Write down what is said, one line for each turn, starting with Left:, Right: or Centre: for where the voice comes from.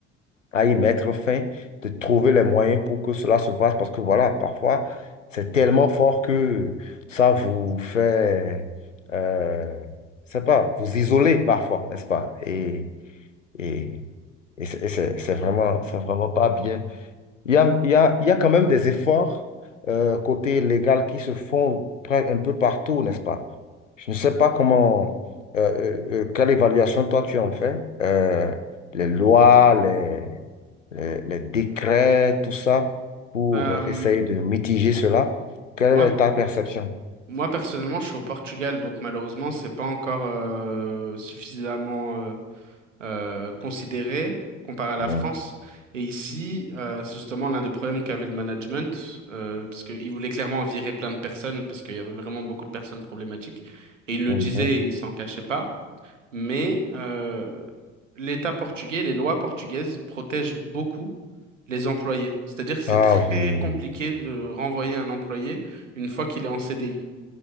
Left: à y mettre fin, de trouver les moyens pour que cela se fasse, parce que voilà, parfois, c'est tellement fort que ça vous fait, euh, je sais pas, vous isoler parfois, n'est-ce pas? Et et, et c'est et c'est- c'est vraiment, c'est vraiment pas bien. Il y a, il y a, il y a quand même des efforts euh, côté légal qui se font près- un peu partout, n'est-ce pas? Je ne sais pas comment, euh, euh, euh, quelle évaluation toi tu en fais. euh, les lois, les, les, les décrets, tout ça, pour
Right: Bah, hum,
Left: essayer de mitiger cela. Quelle
Right: moi,
Left: est ta perception?
Right: moi personnellement, je suis au Portugal, donc malheureusement, c'est pas encore euh, suffisamment euh, euh, considéré comparé à la
Left: Oui.
Right: France. Et ici, euh, c'est justement l'un des problèmes qu'avait le management, euh, parce qu'ils voulaient clairement virer plein de personnes, parce qu'il y avait vraiment beaucoup de personnes problématiques. Et ils le
Left: Mhm.
Right: disaient, ils s'en cachaient pas. Mais euh, l'État portugais, les lois portugaises protègent beaucoup les employés. C'est-à-dire que c'est
Left: Ah
Right: très
Left: oui,
Right: compliqué de renvoyer un employé une fois qu'il est en CDI.